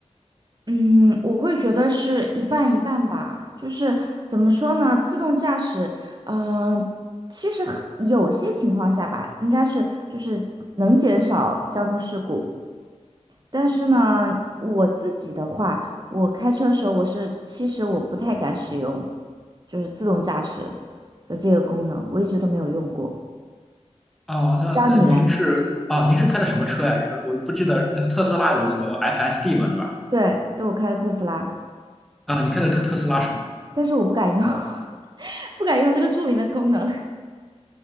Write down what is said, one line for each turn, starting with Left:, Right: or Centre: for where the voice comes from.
Right: 嗯，我会觉得是一半一半吧。就是怎么说呢？自动驾驶，嗯，其实很有些情况下吧，应该是就是能减少交通事故。但是呢，我自己的话，我开车的时候，我是其实我不太敢使用，就是自动驾驶的这个功能，我一直都没有用过。
Centre: 哦，那那您是啊，
Right: 不知道你嘞？
Centre: 您是开的什么车呀？是我不记得那个特斯拉有那个 FSD 嘛，对吧？
Right: 对，对我开的特斯拉。
Centre: 啊，你开的特特斯拉是吗？
Right: 但是我不敢用，<laughs> 不敢用这个著名的功能。